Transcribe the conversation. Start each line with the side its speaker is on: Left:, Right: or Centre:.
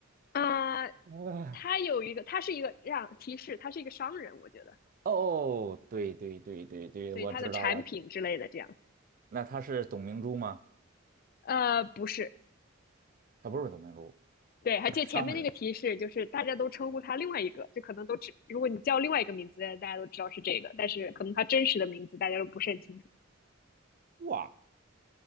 Left: 啊，呃
Right: 呃
Left: 它有一个，它是一个这样提示，他是一个商人，我觉得，
Right: 哦，对对对对对，
Left: 所以他的产品之类的这样。
Right: 我知道了。那他是董明珠吗？
Left: 呃，不是，
Right: 他不是董明珠，
Left: 对，还记得前面那个提示，
Right: 他是商人。
Left: 就是大家都称呼他另外一个，就可能都只，如果你叫另外一个名字，大家都知道是这个，但是可能他真实的名字大家都不是很清楚。
Right: 哇，